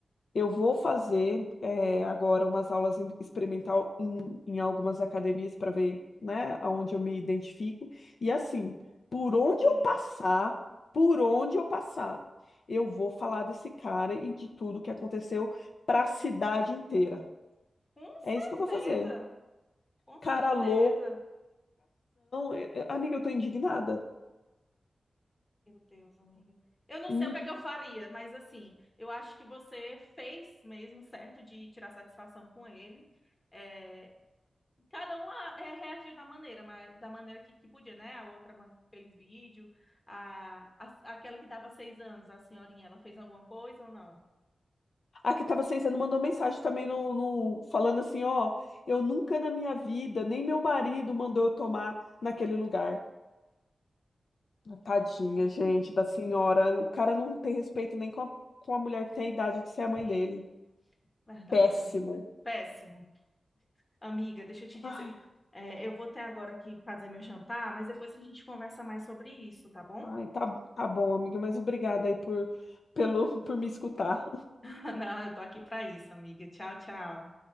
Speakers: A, on the left; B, on the left.
A: Eu vou fazer eh, agora umas aulas em- experimental em, em algumas academias para ver, né, aonde eu me identifico. E assim, por onde
B: sim,
A: eu passar, por onde eu passar, eu vou falar desse cara e de tudo que aconteceu para a cidade inteira.
B: com certeza,
A: É isso que eu vou fazer.
B: com
A: Cara
B: certeza.
A: loucação. Eh, eh, Amiga, eu tô indignada.
B: Meu Deus, amiga. Eu não
A: Tô
B: sei o que é que eu faria, mas assim, eu acho que você fez mesmo certo de tirar satisfação com ele. É, cada um ah, é, reagiu da maneira, mas, da maneira que, que podia, né? A outra man- fez vídeo, a, a- aquela que estava seis anos, a senhorinha, ela fez alguma coisa ou não?
A: A que estava seis anos mandou mensagem também no, no- falando assim, ó, eu nunca na minha vida, nem meu marido mandou eu tomar naquele lugar. Ah, Tadinha,
B: Jesus.
A: gente, da senhora. O cara não tem respeito nem com a, com a mulher que tem a idade de ser a mãe
B: Sim,
A: dele.
B: verdade,
A: Péssimo.
B: amiga. Péssimo. Amiga, deixa eu te dizer.
A: Ai,
B: É, eu vou até agora aqui fazer meu jantar, mas depois a gente conversa mais sobre isso, tá bom?
A: ai, tá, tá bom, amiga, mas obrigada aí por, pelo, <laughs> por me escutar.
B: <laughs> Não, eu tô aqui pra isso, amiga. Tchau, tchau.